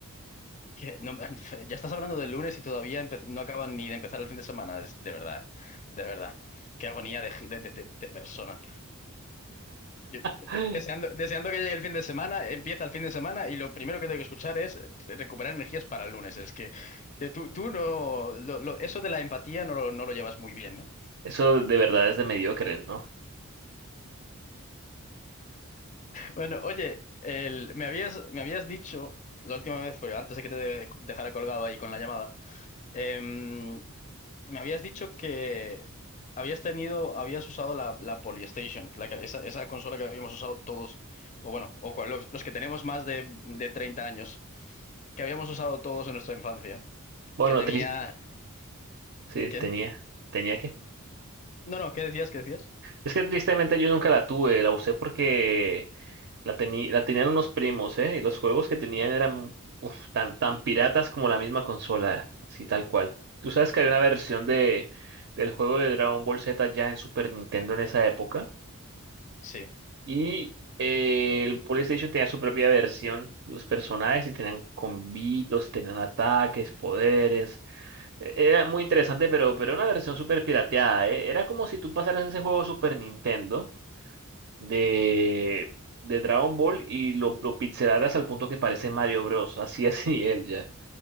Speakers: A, on the left (about 35°); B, on the right (about 55°).
A: Que no me- <laughs> ya estás hablando del lunes y todavía empe- no acaban ni de empezar el fin de semana. Es, de verdad, eh, de verdad. Qué agonía de, gi- de, de- de- de persona. Yo, yo estoy
B: Ay,
A: deseando, deseando que llegue el fin de semana, empieza el fin de semana y lo primero que tengo que escuchar es re- recuperar energías para el lunes. Es que te- tú, tú no, lo- lo- eso de la empatía no, lo- no lo llevas muy bien, ¿no?
B: Eso de verdad es de mediocres, ¿no?
A: Bueno, oye, el- me habías, me habías dicho la última vez, pero antes de que te dejara colgado ahí con la llamada. em, Me habías dicho que habías tenido, habías usado la, la Polystation, la que- esa, esa consola que habíamos usado todos, o bueno, o cual- los, los que tenemos más de, de 30 años, que habíamos usado todos en nuestra infancia,
B: Bueno,
A: que tenía...
B: triste, sí,
A: ¿Qué?
B: tenía, tenía que.
A: No, no, ¿qué decías? ¿Qué decías?
B: Es que tristemente yo nunca la tuve, la usé porque La, teni- la tenían unos primos, ¿eh? Y los juegos que tenían eran uf, tan, tan piratas como la misma consola, así tal cual. ¿Tú sabes que hay una versión de, del juego de Dragon Ball Z ya en Super Nintendo en esa época?
A: Sí,
B: Y eh, el PlayStation tenía su propia versión, los personajes y tenían combitos, y tenían ataques, poderes. E- Era muy interesante, pero, pero era una versión súper pirateada, ¿eh? Era como si tú pasaras ese juego Super Nintendo de, de Dragon Ball y lo, lo pixelaras al punto que parece Mario Bros. <laughs> Así, así él ya.